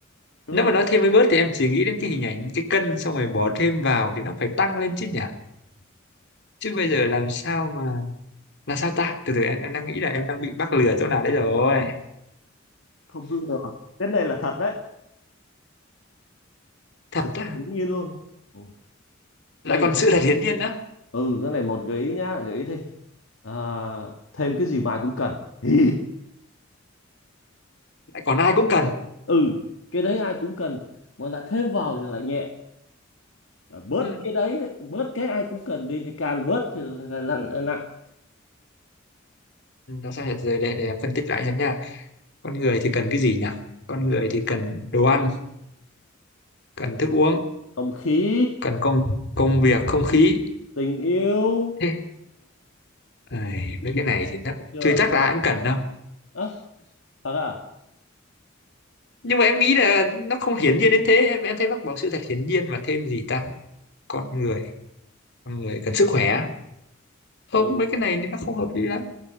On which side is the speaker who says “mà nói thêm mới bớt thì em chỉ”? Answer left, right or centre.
Left